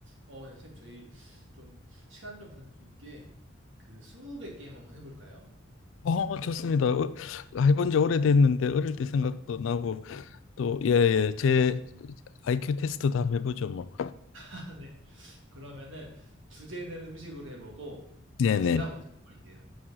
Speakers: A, on the right; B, on the left.
A: 어, 네, 선생님, 저희 좀 시간 좀 보낼 수 있게 그 스무고개 게임 한번 해볼까요?
B: 어, 좋습니다. 어, 해본 지 오래됐는데 어릴 때 생각도 나고 또 예, 예. 제 IQ 테스트도 한번 해보죠, 뭐.
A: <laughs> 아, 네. 그러면은 주제는 음식으로 해보고
B: 네네.
A: 제가 먼저 해볼게요.